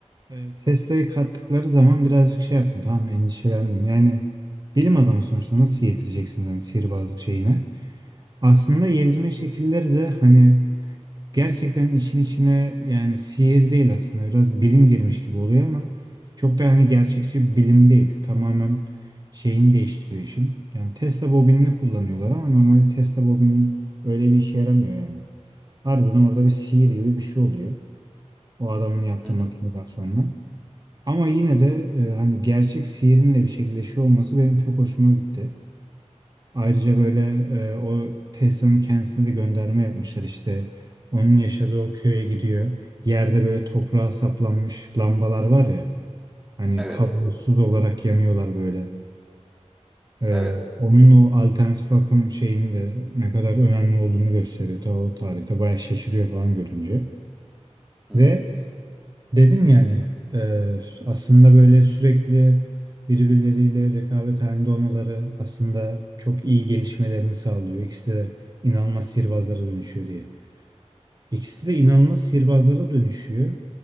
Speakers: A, on the right; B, in the centre.
A: e, Tesla'yı kattıkları zaman birazcık şey yaptım tamam mı? endişelendim. Yani bilim adamı sonuçta nasıl yedireceksiniz hani sihirbazlık şeyine. Aslında yedirme şekilleri de hani gerçekten işin içine yani sihir değil aslında biraz bilim girmiş gibi oluyor ama çok da hani gerçekçi bilim değil. Tamamen şeyini değiştiriyor işin. Yani Tesla bobinini kullanıyorlar ama normalde Tesla bobinin öyle bir işe yaramıyor yani. Harbiden orada bir sihir gibi bir şey oluyor. O adamın yaptığı
B: Hı hı.
A: makineden sonra. Ama yine de e, hani gerçek sihirin de bir şekilde şey olması benim çok hoşuma gitti. Ayrıca böyle e, o Tessa'nın kendisine de gönderme yapmışlar işte. Onun yaşadığı o köye gidiyor. Yerde böyle toprağa saplanmış lambalar var ya. Hani
B: Evet.
A: kablosuz olarak yanıyorlar böyle. E,
B: Evet.
A: onun o alternatif akım şeyinin de ne kadar önemli olduğunu gösteriyor. Ta o tarihte bayağı şaşırıyor falan görünce.
B: Hı
A: Ve
B: hı.
A: Dedin yani e, aslında böyle sürekli birbirleriyle rekabet halinde olmaları aslında çok iyi gelişmelerini sağlıyor. İkisi de inanılmaz sihirbazlara dönüşüyor diye. İkisi de inanılmaz sihirbazlara dönüşüyor.